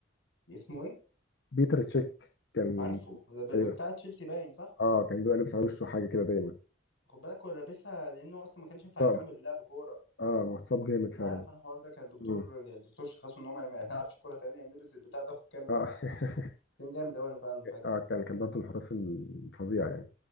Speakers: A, on the left (about 75°); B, on the left (about 60°).
A: اسمه ايه؟
B: بيتر تشيك كان
A: عارفه ده ب-
B: أيوة.
A: بتاع تشيلسي باين صح؟
B: اه كان بيبقى لابس على وشه حاجه كده دايما
A: خد بالك هو لابسها لانه اصلا ما كانش ينفع
B: صعب
A: يكمل لعب كوره
B: اه متصاب جامد
A: انا
B: فعلا
A: عارف انا الحوار ده كان الدكتور
B: امم
A: الدكتور شخصه ان هو ما ما يلعبش كوره تانية قام لبس البتاع ده وكمل
B: اه
A: عادي
B: <laughs>
A: بس كان جامد قوي انا فعلا فاكر
B: اه كان كان برضه من الحراس الفظيع يعني